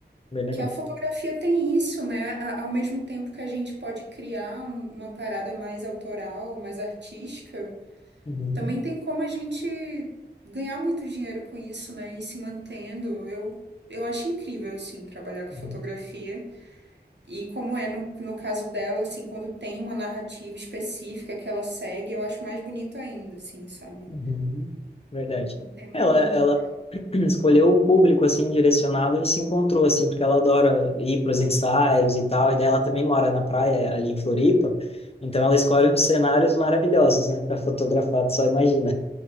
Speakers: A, on the left; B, on the right.
A: Bem legal.
B: que a fotografia tem isso, né? A- ao mesmo tempo que a gente pode criar um- uma parada mais autoral, mais artística.
A: Uhum,
B: também tem como a gente ganhar muito dinheiro com isso, né? E se mantendo. Eu, eu acho incrível, assim, trabalhar com
A: uhum,
B: fotografia. E como é no, no caso dela, assim, quando tem uma narrativa específica que ela segue, eu acho mais bonito ainda, assim, sabe?
A: uhum. Verdade.
B: Um um tema
A: Ela,
B: lindo.
A: ela <clears throat> escolheu um público, assim, direcionado e se encontrou, assim, porque ela adora ir para os ensaios e tal. E daí ela também mora na praia, ali em Floripa. Então ela escolhe uns cenários maravilhosos, né? Para fotografar, tu só imagina.